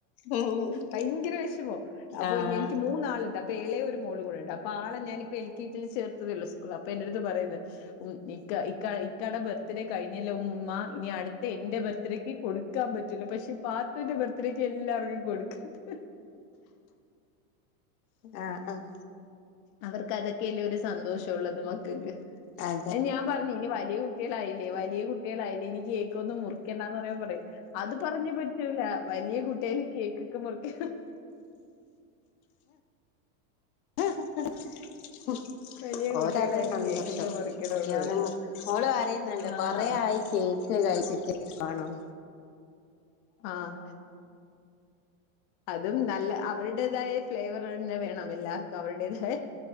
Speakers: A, on the left (about 80°); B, on the left (about 40°).
A: ആഹ്
B: ഭയങ്കര വെഷമം അപ്പൊ
A: ആഹ്
B: എനിക്ക് മൂന്നാള്ണ്ട് അപ് ഇപ്പൊ എളയ ഒരു മോളും കൂടെ ഉണ്ട് അപ്പ ആളെ ഞാനിപ്പോ എൽ കെ ജി ൽ ചേർത്തതേ ള്ളൂ സ്കൂള അപ്പൊ എൻറട്ത് പറയുന്നെ ഉം ഇക്ക ഇക്ക ഇക്കാടെ ബർത്ത്ഡേ കഴിഞ്ഞില്ലേ ഉമ്മ ഇനി അടുത്ത എന്റെ ബർത്ത് ഡേക്ക് കൊടുക്കാൻ പറ്റില്ല പക്ഷെ പാത്തൂന്റെ ബർത്ത്ഡേക്ക് എല്ലാവർക്കും കൊടുക്കാത്തെ
A: ആഹ് ആഹ്
B: അവർക്ക് അതൊക്കെയല്ലേ ഒരു സന്തോഷംഉള്ളൂ എന്റെ മക്കക്ക്
A: അതെ
B: ഞാൻ പറഞ്ഞു ഇനി വലിയ കുട്ട് കുട്ടികളായില്ലേ വലിയ കുട്ടികളായില്ലേ ഇനി കേക്കൊന്നും മുറിക്കണ്ടാന്ന് പറയുമ്പോപറിം അത് പറഞ്ഞ പറ്റൂല വലിയ കുട്ടിയാലും കേക്കൊക്കെ മുറിക്കണം
A: ആഹ്
B: വലിയ കുട്ടികളായാലും
A: ഓലതൊര് സന്തോഷം
B: കേക്കൊക്കെ മുറിക്കണംന്ന്
A: <unintelligible>
B: പറയും
A: മോള്പറയുന്നുണ്ട്
B: ആഹ്
A: കൊറെ ആയി കേക്ക് കയ്ച്ച്ട്ട് വാണം
B: ആഹ് അതും നല്ല അവരുടേതായ ഫ്ലേവർ തന്നെ വേണം എല്ലാവർക്കും അവരുടേതായ